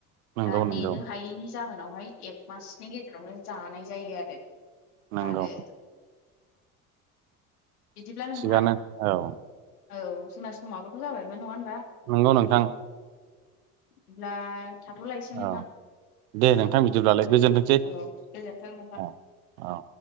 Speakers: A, on the right; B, on the left.
A: नंगौ
B: दा
A: नंगौ
B: नेनो हायैनि जाहोनावहाय एक मासनि गेजेरावनो जानाय जायो आरो
A: नंगौ।
B: आरो बिदिब्ला नोंथां
A: थिगानो औ
B: औ जोंना समाबोथ' जाबायमोन नङा ओन
A: नंगौ नोंथां।
B: बिदिब्ला थाथ'लायसै नोंथां।
A: औ दे
B: औ
A: नोंथां बिदिब्लालाय गोजोनथोंसै
B: औ गोजोनथों नोंथां।
A: औ औ